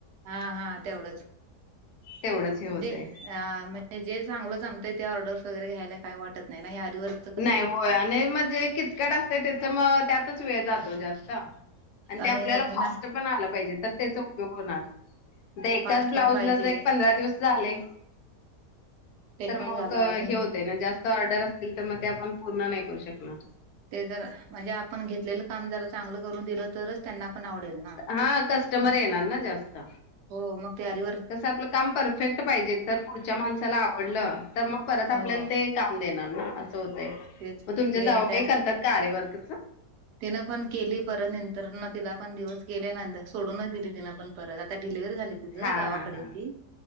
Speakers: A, on the right (about 80°); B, on the left (about 75°).
A: हा हा तेवढंच
B: तेवढंच हे होतंय.
A: जे अ म्हणजे जे चांगलंच जमतंय ते ऑर्डर्स वगैरे घ्यायला काय वाटत नाही, ना हे आरीवर्क
B: नाही, होय आणि म्हणजे किचकट असते त्याच्यामुळे त्यातच वेळ जातो जास्त आणि ते
A: आणि
B: आपल्याला फास्टं
A: नाही
B: पण आलं पाहिजे, तर त्याचा उपयोग होणार. एकाच
A: फास्ट
B: ब्लाउऊजला
A: पण पाहिजे
B: जर एक पंधरा दिवस झाले,
A: ते
B: तर
A: पण
B: मग
A: झालं अजून
B: हे होतंय ना, जास्त ऑर्डर असतील, त्यापण पूर्ण नाही करू शकणार.
A: ते जर म्हणजे, आपण घेतलेलं काम जरा चांगलं करून दिलं तरचं त्यांना पण आवडेल ना.
B: हा.. कस्टमर येणार ना जास्त
A: हो मग ते आरीवर्क
B: कसं आपलं काम परफेक्ट पाहिजे, तर पुढच्या माणसाला आवडलं तर मग परत आपल्याला
A: हो
B: ते काम देणार ना असं होतय,
A: तेच
B: 'मग तुमच्या
A: ते
B: जाऊबाई
A: त्या
B: करतात का आरीवर्कच'?
A: तिनं पण केली, परत नंतर ना तिला पण दिवस गेले नंतर सोडूनच दिली तिनं पण परत आता डिलिव्हरी झाली. <inaudible>
B: हा
A: गावाकडे
B: हा हा
A: गेली.